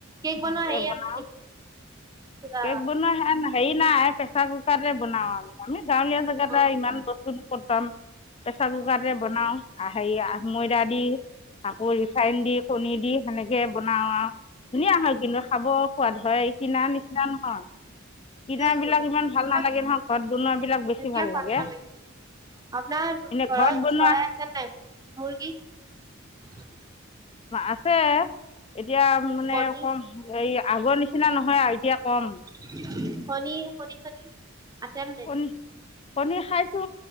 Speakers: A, on the right; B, on the left.
A: কেক
B: সেনেকে
A: বনোৱা হেৰি
B: বনাওঁ
A: আছে নেকি কিবা।
B: কেক বনোৱা হেৰি নাই প্ৰেছাৰ কুকাৰটোৱে বনাওঁ আমি আমি। গাঁৱলীয়া জেগা এটা
A: অ
B: ইমান বস্তু ন। পতাম। প্ৰেছাৰ কুকাৰ ৰে
A: ভালে
B: বনাও
A: কৰিছে
B: আহ। ে <unintelligible> দি আকৌ ৰিফাইন দি কণী দি। কে বনাৱাও। ধুনীয়া হয় কিন্তু খাব সোৱাদ হয় এই কিনা নিচিনা। টানহ। কিনা
A: উম
B: বিলাক ইমান
A: এইবিলাক
B: ভাল নালাগে নহয়। ঘৰত বনোৱাাবলাক বেছি
A: এইবিলাক
B: ভাল লাগে।
A: নালাগে আপোনাৰ
B: এনে ঘৰত বনোৱা।
A: চৰাই আছে নাই? <unintelligible>
B: আছে। এতিয়া মানে
A: কণী
B: কম হয়া। আগৰ নিচিনা নহয় আ এতিয়া। কম
A: <unintelligible> শনি শনিছনি। আছেনে।
B: কণী কণী খাইছো।